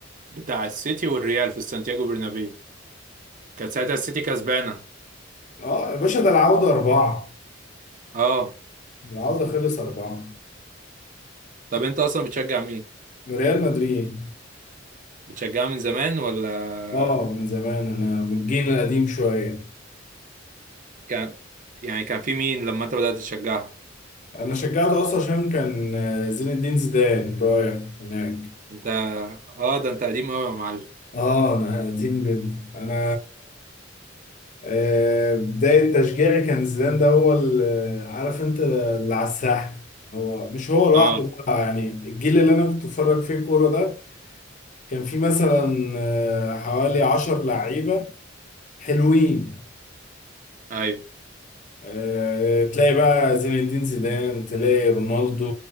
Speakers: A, on the right; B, on the left.
A: بتاع السيتي والريال في سانتياغو برنابيو كانت ساعتها السيتي كسبانه
B: اه يا باشا ده العودة أربعة
A: اه
B: العودة خلص أربعة
A: طب انت اصلا بتشجع مين
B: ريال مدريد
A: بتشجعها من زمان ولا
B: اه من زمان أنا من الجيل القديم شوية
A: كان يعني كان في مين لما انت بدأت تشجعها
B: أنا شجعته أصلا عشان كان آه، زين الدين زيدان رايح هناك
A: انت اه ده انت قديم قوي يا معلم
B: اه أنا قديم جدا أنا آه بداية تشجيعي كان زيدان ده هو اللي عارف أنت اللي على الساحة هو مش هو لوحده
A: اه
B: بقى يعني الجيل اللي أنا كنت بتفرج فيه كورة ده كان فيه مثلا آه، حوالي عشر لعيبة حلوين
A: ايوه
B: آه، تلاقي بقى زين الدين زيدان تلاقي رونالدو